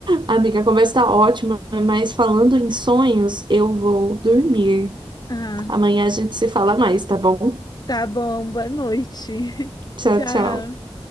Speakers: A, on the right; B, on the left.
A: Amiga, a conversa tá ótima, mas falando em sonhos, eu vou dormir.
B: Ah.
A: Amanhã a gente se fala mais, tá bom?
B: Tá bom, boa noite. <laughs>
A: Tchau,
B: Tchau.
A: tchau.